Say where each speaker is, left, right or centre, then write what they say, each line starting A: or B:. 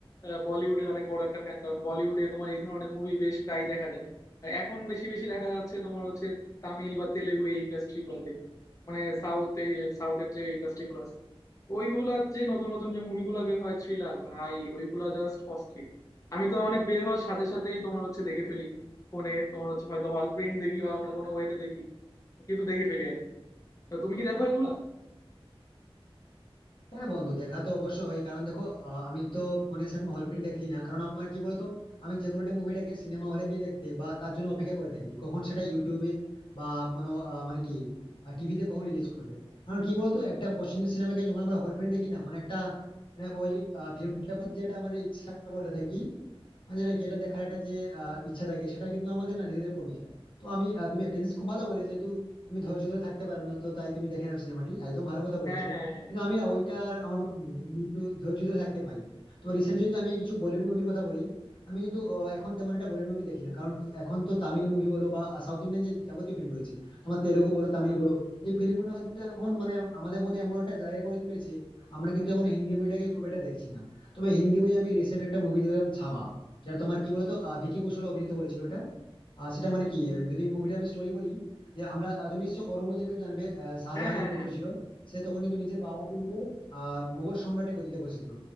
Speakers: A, on the left; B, on the left.
A: আহ, বলিউডের অনেক বড় একটা ফ্যান কারণ বলিউডে তোমার এই ধরনের মুভি বেশ প্রায় দেখা যায় আর এখন বেশি বেশি দেখা যাচ্ছে তোমার হচ্ছে তামিল বা তেলেগু এই ইন্ডাস্ট্রি গুলোতে মানে সাউথ সাউথের যে ইন্ডাস্ট্রি গুলো আছে ওইগুলার যে নতুন নতুন যে মুভিগুলো বের হয় থ্রিলার ভাই ওইগুলা জাস্ট অস্থির আমি তো মানে বের হওয়ার সাথে সাথেই তোমার হচ্ছে দেখে ফেলি ফোনে তোমার হচ্ছে হয়তো হল প্রিন্ট দেখি বা অন্য কোনো ওয়েতে দেখি কিন্তু দেখে ফেলি আর কি। তো তুমি কি দেখো এগুলা
B: হ্যাঁ বন্ধু দেখা তো অবশ্য হয় কারণ দেখো আহ, আমি তো ফোনে সেরকম হল প্রিন্ট দেখি না কারণ আমার কি বলতো আমি যে কোনো মুভিটাকে সিনেমা হলে গিয়ে দেখতে বা তার জন্য অপেক্ষা করে থাকি কখন সেটা ইউটিউবে বা কোনো আহ, মানে কি টিভিতে কখন রিলিজ করবে কারণ কি বলতো একটা পছন্দের সিনেমাকে যখন আমরা হল প্রিন্ট দেখি না মানে একটা মানে ওই ফিল্মটার প্রতি যেটা আমাদের ইচ্ছা বলে থাকি মানে যেটা কি এটা দেখার একটা যে আহ, ইচ্ছা থাকে সেটা কিন্তু আমাদের না ধীরে ধীরে কমে যায় তো আমি আহ, তুমি একটা জিনিস খুব ভালো বলে যেহেতু তুমি ধৈর্য ধরে থাকতে পারো না তো তাই তুমি দেখে নাও সিনেমাটি একদম ভালো কথা বলেছো
A: হ্যাঁ হ্যাঁ হ্যাঁ
B: কিন্তু আমি না ওইটা আমার মধ্যে নেই। আমি একটু ধৈর্য ধরে থাকতে পারি তো রিসেন্ট যদি আমি কিছু বলিউড মুভির কথা বলি আমি কিন্তু আহ, এখন তেমন একটা বলিউড মুভি দেখি না কারণ এখন তো তামিল মুভি বলো বা সাউথ ইন্ডিয়ান যে যাবতীয় ফিল্ম রয়েছে তোমার তেলুগু বলো তামিল বলো এই ফিল্মগুলো এখন মানে আমাদের মনে এমন একটা জায়গা করে তুলেছে আমরা কিন্তু এখন হিন্দি বইটাকে খুব একটা দেখছি না তবে হিন্দি বই আমি রিসেন্ট একটা মুভি দেখলাম ছাবা যেটা তোমার কি বলতো আহ, ভিকি কৌশল অভিনীত করেছিল ওটা আহ, সেটা মানে কি আহ, যদি মুভিটা আমি স্টোরি বলি যে আমরা আহ, তুমি নিশ্চয়ই ঔরঙ্গজেবকে জানবে আহ, শাহজাহানের
A: হ্যাঁ হ্যাঁ
B: পুত্র
A: হ্যাঁ
B: ছিল সে তখন কিন্তু নিজের বাবাকে মেরে আহ মোগল সম্রাটের গদিতে বসেছিল